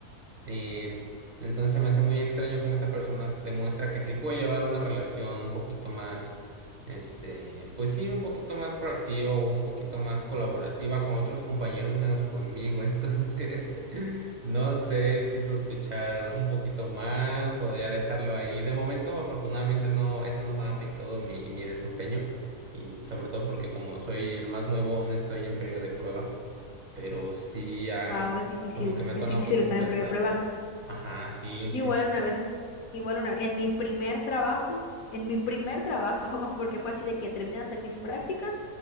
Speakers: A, on the right; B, on the left.
A: eh, entonces me hace muy extraño cómo esta persona s- demuestra que sí puede llevar una relación un poquito más, este, pues sí, un poquito más proactiva o un poquito más colaborativa con otros compañeros menos conmigo. <laughs> Entonces, no sé si sospechar un poquito más o ya dejarlo ahí. De momento, afortunadamente, no, eso no ha afectado mi, mi desempeño. Y sobre todo porque como soy el más nuevo, aún estoy en periodo de prueba pero sí, ah,
B: Wow, es difícil,
A: como que me ha
B: es
A: tornado
B: difícil
A: un poquito
B: estar
A: pesado.
B: en prueba de prueba.
A: Ajá, sí,
B: Yo
A: sí,
B: igual
A: sí.
B: una vez, igual una vez, en mi primer trabajo, en mi primer trabajo, <laughs> porque fue así de que terminé de hacer mis prácticas